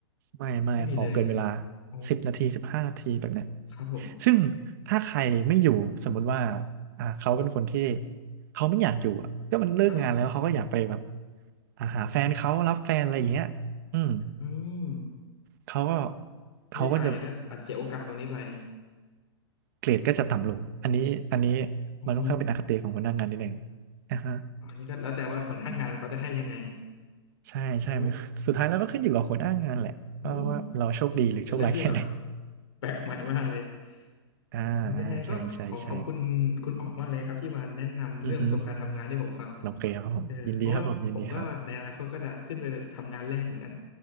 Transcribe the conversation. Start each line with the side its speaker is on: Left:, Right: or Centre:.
Right: ไม่ไม่ขอเกินเวลา
Left: ไม่มีเลยอ๋อ
Right: สิบนาทีสิบห้านาทีแบบเนี้ย
Left: ครับผม
Right: ซึ่งถ้าใครไม่อยู่สมมุติว่าอ่าเขาเป็นคนที่เขาไม่อยากอยู่อ่ะก็มันเลิกงานแล้วเขาก็อยากไปแบบ
Left: อ่า
Right: อ่าหาแฟนเขารับแฟนอะไรอย่างเงี้ยอืม
Left: อืม
Right: เขาก็
Left: ไม่ได้ไปก็อาจเสียโอกาสตรงนี้ไป
Right: เขาก็จะเกรดก็จะต่ำลงอันนี้อันนี้
Left: อ๋อ
Right: มันค่อนข้างเป็นอคติของหัวหน้างานนิดนึงนะฮะ
Left: อันนี้ก็แล้วแต่ว่าหัวหน้างานเขาจะให้ยังไง
Right: ใช่ใช่มันสุดท้ายแล้วก็ขึ้นอยู่กับหัวหน้างานแหละว่าว่าเราโชคดีหรือโชคร้ายแค่ไหน
Left: โอ้โอ้เป็นเรื่องที่แบบแปลกใหม่มากเลย
Right: อ่าอ่าใช่ใช่ใช่
Left: โอ้ยยังไงก็ขอขอบคุณคุณอ๋องมากเลยครับที่มาแนะนำเรื่องประสบการณ์ทำงานให้ผมฟัง
Right: อือฮึ โอเคครับผมยินดีครับผมยินดีครับ
Left: เออเพราะว่าผมก็ในอนาคตก็จะขึ้นไปทำงานแรกเหมือนกัน